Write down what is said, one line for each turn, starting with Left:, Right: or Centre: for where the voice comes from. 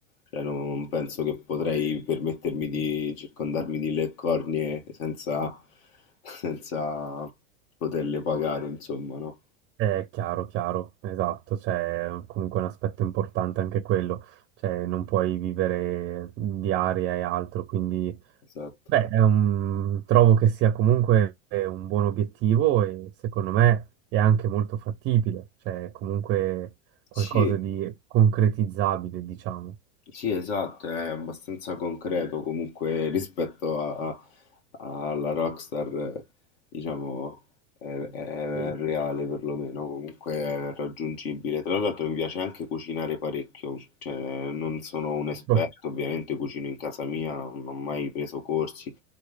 Left: cioè, non penso che potrei permettermi di circondarmi di le cornie senza, <laughs> senza poterle pagare, insomma, no?
Right: È chiaro, chiaro, esatto, c'è comunque un aspetto importante anche quello, cioè non puoi vivere di aria e altro, quindi
Left: Esatto.
Right: Beh, è un- trovo che sia comunque un buon obiettivo e secondo me è anche molto fattibile, cioè è comunque qualcosa
Left: Sì,
Right: di concretizzabile, diciamo.
Left: Sì, esatto, è abbastanza concreto comunque <laughs> rispetto a- a- alla Rockstar, eh, diciamo, è, è
Right: E,
Left: reale perlomeno, comunque è raggiungibile. Tra l'altro mi piace anche cucinare parecchio, cioè non sono un esperto,
Right: boh,
Left: ovviamente cucino in casa mia, non ho mai preso corsi,